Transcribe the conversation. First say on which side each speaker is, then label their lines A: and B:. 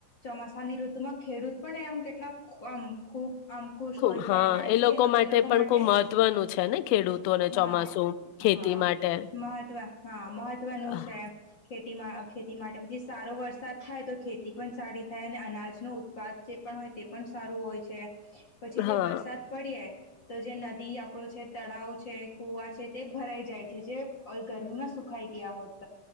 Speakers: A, on the left; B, on the left.
A: ચોમાસાની ઋતુમાં ખેડૂત પણ આમ કેટલાક આમ ખૂબ આમ ખુશ
B: ખુબ
A: હોય
B: હા
A: છે કારણ કે એ લોકો
B: પણ
A: માટે
B: ખુબ મહત્વનું છે ને ખેડૂતોને
A: હા
B: ચોમાસું ખેતી
A: હા
B: માટે
A: મહત્વ હા મહત્વનું
B: હા
A: છે ખ ખેતી માટે પછી સારો વરસાદ થાય તો ખેતી પણ સારી થાય અને અનાજનો ઉત્પાદ જે પણ હોય તે પણ સારું હોય છે પછી
B: હા
A: જે વરસાદ પડીએ તો જે નદી આપણો છે તળાવ છે કૂવા છે તે ભરાઈ જાય છે જે ગરમીમાં સુખાઈ ગયા હોત